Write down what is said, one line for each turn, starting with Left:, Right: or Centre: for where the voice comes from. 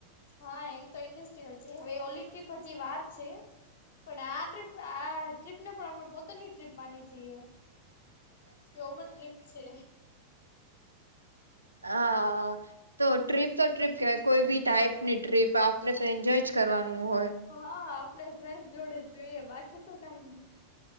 Left: હા એમ તો ઈન્ડસ્ટ્રીયલ છે હવે ઓલી ટ્રીપ હજી વાર છે. પણ આ ટ્રીપ આ ટ્રીપને પણ અમે પોતાની ટ્રીપ માની છીએ. કે ઓમ જ ટ્રિપ છે.
Right: અ તો ટ્રીપ તો ટ્રીપ કેહવાય કોઈ બી ટાઈપની ટ્રીપ આપને તો એન્જોય જ કરવાનું હોય.
Left: હા આપણે ફ્રેન્ડ જોડે જ જોઈએ બાકી તો કાય ની.